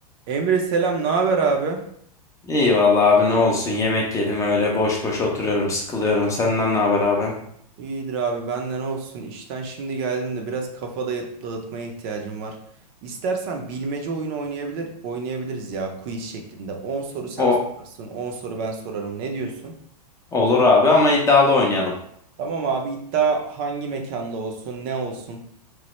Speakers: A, on the right; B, on the left.
A: Emre selam, ne haber abi?
B: İyi vallahi abi ne olsun yemek yedim öyle boş boş oturuyorum sıkılıyorum. Senden ne haber abi?
A: İyidir abi, benden olsun. İşten şimdi geldim de biraz kafa dayı- dağıtmaya ihtiyacım var. İstersen bilmece oyunu oynayabilir, oynayabiliriz ya quiz şeklinde. on soru sen
B: O
A: sorarsın, 10 soru ben sorarım. Ne diyorsun?
B: olur abi ama iddialı oynayalım.
A: Tamam abi, iddia hangi mekanda olsun, ne olsun?